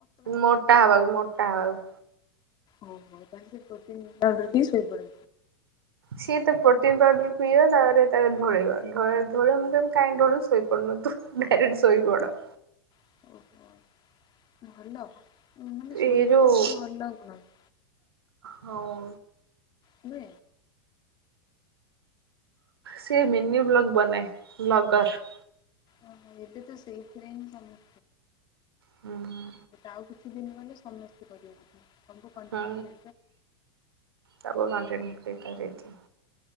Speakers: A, on the right; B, on the left.
A: ମୋଟା ହ ବାକୁ ମୋଟା ହ ବାକୁ।
B: ଓ ହୋ ତି ହୋଇ ପର୍ଯ୍ୟନ୍ତ
A: ସିଏ ତ ପ୍ରୋଟନ୍ ପାଉଡର ପିଏ ତାରେ ତା ଢଳେଇବା ଧଳି ମୁଁ କାଇହିଁ ଢଳ ଶୋଇ ପଡୁନ ତୁ ଡାଇକ୍ଟ ଶୋଇ ପଡ।
B: ଓହୋ ଭଲ ମାନେ ଶୋଇବା
A: ଏଇ ଯୋଉ
B: ଟା ଗୋଟେ ଭଲ ଲାଗୁନାହି।
A: ହଁ
B: ହୁ।
A: ସେ ମିନି ବ୍ଲଗ ବନାଏ ବ୍ଲଗର
B: ହ ଏଦ ତ ସେଦରେନ ସମ
A: ହୁଁ
B: ଆଉ କିଛି ଦିନ ଗଲେ ସମସ୍ତେ। କରିବେ ବୋଧେ ସବୁ କଣ୍ଟିନ୍ୟୁ
A: ହଁ ସବୁ କଣ୍ଠି ତାରଛି।